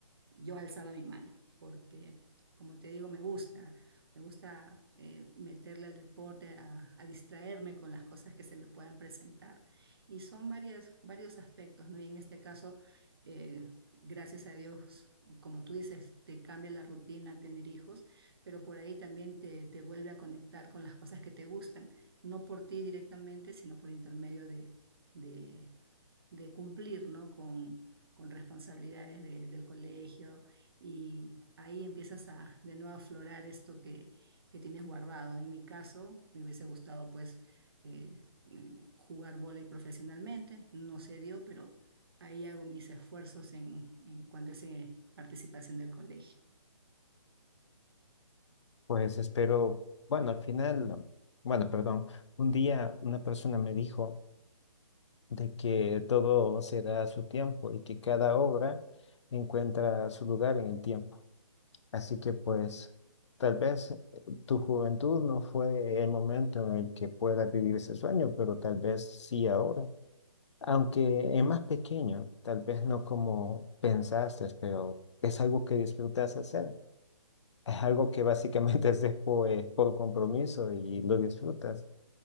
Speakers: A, on the right; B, on the left.
A: yo alzaba mi mano, porque como te digo, me gusta, me gusta eh, meterle al deporte, a, a, distraerme con las cosas que se me puedan presentar. Y son varias, varios aspectos, ¿no? Y en este caso, eh, gracias a Dios, como tú dices, te cambia la rutina tener hijos, pero por ahí también te, te vuelve a conectar con las cosas que te gustan, no por ti directamente, sino por intermedio de, de, de cumplir, ¿no? Con, con responsabilidades de- del colegio y ahí empiezas a de nuevo a aflorar esto que, que tienes guardado. En mi caso, me hubiese gustado pues eh, eh, jugar vóley profesionalmente, no se dio, pero ahí hago mis esfuerzos en, en cuanto es eh, participación del colegio.
B: pues espero, bueno, al final, bueno, perdón, un día una persona me dijo de que todo se da a su tiempo y que cada obra encuentra su lugar en el tiempo. Así que pues tal vez eh, tu juventud no fue el momento en el que puedas vivir ese sueño, pero tal vez sí ahora. Aunque es más pequeño, tal vez no como pensaste, pero es algo que disfrutas hacer. Es algo que básicamente <laughs> haces por, eh, por compromiso y lo disfrutas.